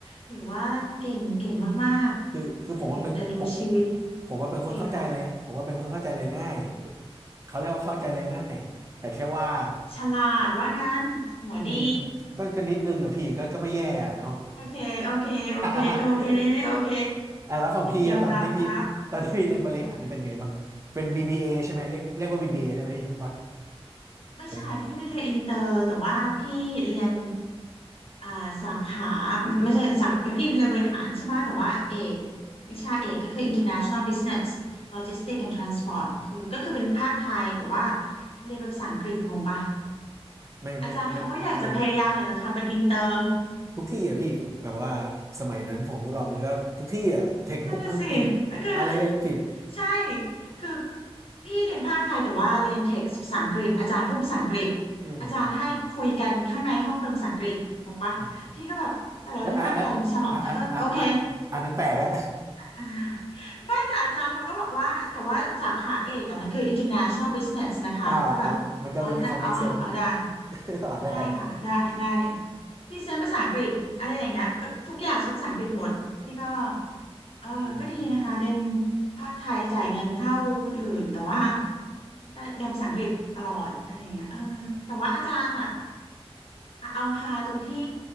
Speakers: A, on the left; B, on the right.
A: ถือว่าเก่งเก่งมากๆแต่ดีแต่ดูชีวิต
B: <laughs> คือคือคือผมว่าเป็นผมผมว่าเป็นคนเข้าใจอะไรผมว่าเป็นคนเข้าใจอะไรง่ายก็
A: ดีค่ะ
B: เขาเรียกว่าเข้าใจอะไรง่ายแต่แค่ว่า
A: อ๋อฉลาดว่างั้นหัวดี
B: อืมก็ก็นิดนึงอะพี่ก็ก็ไม่แย่อะเนาะ
A: โอเคโอเคโอเคโอเคโอเค
B: <laughs> อ่ะแล้วของพี่อะตอนที่พี่ตอนที่พี่เรียนบริหารนี่เป็นไงบ้างอะเป็น
A: ยอมรับครับ
B: BBA ใช่ไหมเรียกเรียกว่า BBA ได้ไหมพี่ถูกปะ
A: ไม่ใช่พี่นี่ไม่ได้เรียนอินเตอร์แต่ว่าพี่เรียน
B: เป็น
A: อ่าสาขาไม่ไม่ใช่สาขาพี่เรียนบริหารใช่ไหมแต่ว่าเอกวิชาเอกก็คือ International Business Logistics and Transport คือก็คือเป็นภาคไทยแต่ว่าเรียนเป็นภาษาอังกฤษงงปะ
B: ไม่ไม่ไม่ไม่ไม่ไม่
A: อาจารย์เขาก็อยากจะพยายามอยากจะทำเป็นอินเตอร์
B: ทุกที่อะพี่แบบว่าสมัยนั้นผมพวกเรามันก็ทุกที่อะเทคบุ๊กอังกฤษ
A: นั่นน่ะสิแล้วคือ
B: อะไรอังกฤษ
A: ใช่คือพี่เรียนภาคไทยแต่ว่าเรียนเท็กซ์ภาษาอังกฤษอาจารย์พูดภาษาอังกฤษ
B: อืม
A: อาจารย์ให้คุยกันข้างในห้องเป็นภาษาอังกฤษงงปะพี่ก็แบบแต่เราเรียนภาคไทยไม่ใช่เหรอแต่ก็โอเค
B: อืมอ่ะอ่ะอ่ะอ่ะอ่ะอ่ะอะอันนั้นแปลกแล้ว
A: อ่าไม่แต่อาจารย์เขาก็บอกว่าแต่ว่าสาขาเอกอะมันคือ international business
B: <laughs>
A: นะคะก็แบบอ๋อได้อ๋ออ๋อได้
B: อ่าอ่ามันก็เลยมีความ make sense <laughs> อ่าได้
A: ได้ค่ะได้ได้พรี่เซนต์ภาษาอังกฤษอะไรอย่างเงี้ยเพราะทุกอย่างใช้ภาษาอังกฤษหมดพี่ก็เออก็ดีนะคะเรียน
B: อืม
A: ภาคไทยจ่ายเงินเท่าคนอื่นแต่ว่าได้เรียนภาษาอังกฤษตลอดอะไรอย่างเงี้ยเออแต่ว่าอาจารย์อ่ะเอาฮาตรงที่